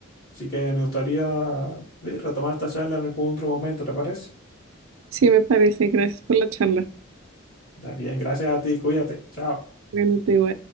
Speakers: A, on the left; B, on the right.
A: Así que me gustaría, sí, retomar esta charla en algún otro momento, ¿te parece?
B: Sí, me parece, gracias por la charla.
A: Está bien, gracias a ti, cuídate, chao.
B: Bueno, te digo